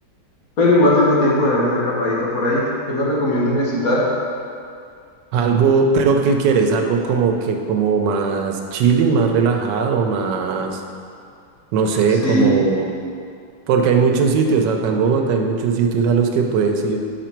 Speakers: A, on the left; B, on the right.
A: Pero igual tengo tiempo de darme una escapadita por ahí. ¿Qué me recomiendas visitar?
B: Algo, pero ¿qué quieres? Algo como que, como más chilling, más relajado, más, no sé,
A: Sí.
B: como Porque hay muchos sitios, acá en Bogotá hay muchos sitios a los que puedes ir.